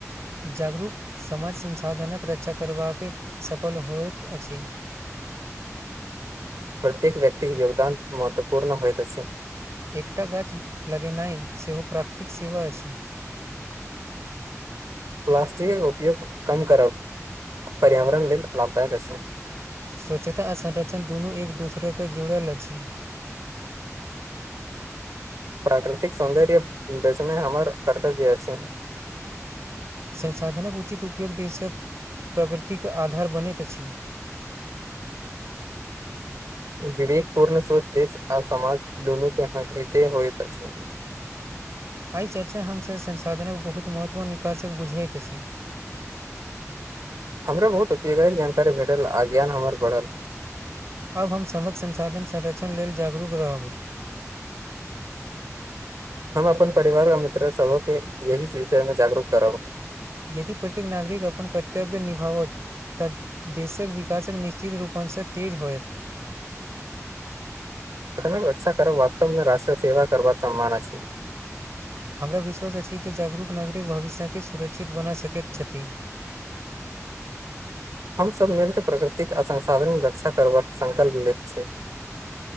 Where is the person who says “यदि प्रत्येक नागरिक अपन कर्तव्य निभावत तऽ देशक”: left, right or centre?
Right